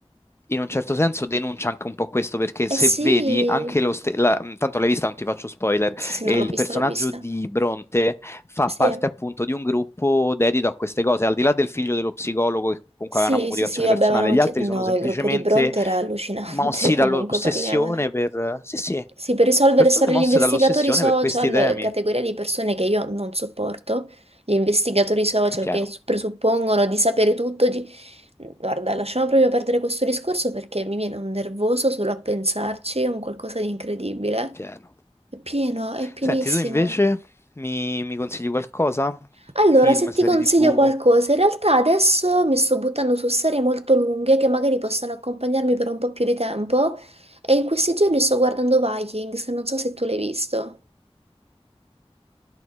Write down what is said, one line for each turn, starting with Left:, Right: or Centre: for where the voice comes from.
Left: in un certo senso denuncia anche un po' questo, perché se
Right: eh sì,
Left: vedi anche lo stesso, tanto l'hai vista, non ti faccio spoiler,
Right: sì, sì,
Left: e
Right: no, l'ho
Left: il
Right: vista,
Left: personaggio
Right: l'ho vista.
Left: di Bronte fa
Right: Sì,
Left: parte appunto di un gruppo dedito a queste cose, al di là del figlio dello psicologo che comunque
Right: sì,
Left: aveva una motivazione
Right: sì, sì, vabbè,
Left: personale,
Right: ma una moti-
Left: gli altri
Right: no,
Left: sono semplicemente
Right: il gruppo di Bronte era allucinante,
Left: mossi
Right: <laughs>
Left: dall'ossessione
Right: comunque parliamone.
Left: per... Sì, sì,
Right: Sì, per risolvere
Left: persone
Right: storie
Left: mosse
Right: gli investigatori
Left: dall'ossessione
Right: social,
Left: per questi temi.
Right: categoria di persone che io non sopporto, gli investigatori social
Left: È pieno.
Right: che presuppongono di sapere tutto. di- Guarda, lasciamo proprio perdere questo discorso perché mi viene un nervoso solo a pensarci, è un qualcosa di incredibile.
Left: È pieno.
Right: È pieno, è pienissimo.
Left: Senti, tu invece mi, mi consigli qualcosa?
Right: Allora,
Left: Film,
Right: se
Left: serie
Right: ti consiglio
Left: TV?
Right: qualcosa, in realtà adesso mi sto buttando su serie molto lunghe che magari possono accompagnarmi per un po' più di tempo e in questi giorni sto guardando Vikings, non so se tu l'hai visto.